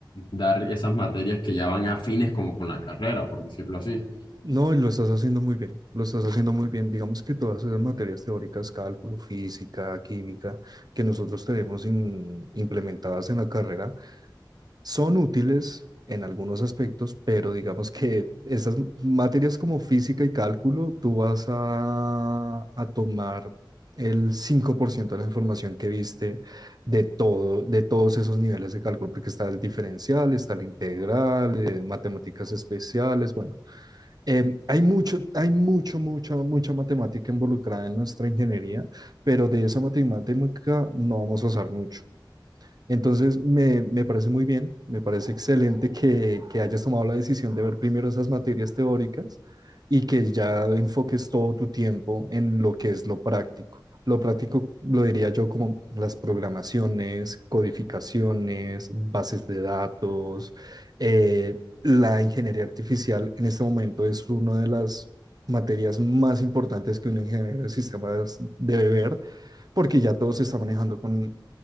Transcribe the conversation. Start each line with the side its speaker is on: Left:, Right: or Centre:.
Left: dar esas materias que ya van afines como con la carrera, por decirlo así.
Right: No, y lo estás haciendo muy bien, lo estás haciendo muy bien. Digamos que todas esas materias teóricas, cálculo, física, química, que nosotros tenemos in- implementadas en la carrera, Son útiles en algunos aspectos, pero digamos que esas materias como física y cálculo, tú vas a, a tomar el 5% de la información que viste de todo, de todos esos niveles de cálculo, porque está el diferencial, está el integral, eh, matemáticas especiales, bueno, em, hay mucho, hay mucho, mucha, mucha matemática involucrada en nuestra ingeniería, pero de esa matemática no vamos a usar mucho. Entonces, me, me parece muy bien, me parece excelente que, que hayas tomado la decisión de ver primero esas materias teóricas y que ya enfoques todo tu tiempo en lo que es lo práctico. Lo práctico lo diría yo como las programaciones, codificaciones, bases de datos. eh, la ingeniería artificial en este momento es una de las materias más importantes que un ingeniero de sistemas debe ver, porque ya todo se está manejando con